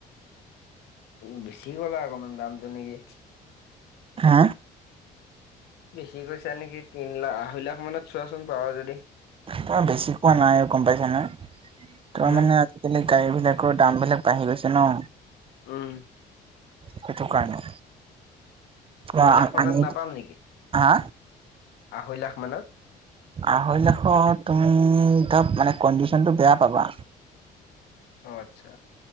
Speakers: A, on the left; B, on the right.
A: উম বেছি ক'লা অকণমান দামটো নেকি?
B: হা?
A: বেছি কৈছা নেকি তিন লাখ? আঢ়ৈ লাখ মানত চোৱা চোন পাৰা যদি।
B: তই বেছি কোৱা নাই আৰু গম পাইছ নে। তোমাৰ
A: হা
B: মানে আ বেলেগ গাড়ীবিলাকৰো দাম বিলাক বাঢ়ি গৈছে ন।
A: উম।
B: সেইটো কাৰণে
A: আঢ়ৈ
B: আ
A: লাখ মানত
B: আমি
A: নাপাম নেকি
B: হা
A: আঢ়ৈ লাখ মানত।
B: আঢ়ৈ লাখত তুমিতো মানে কণ্ডিচনটো বেয়া পাবা।
A: অ আচ্ছা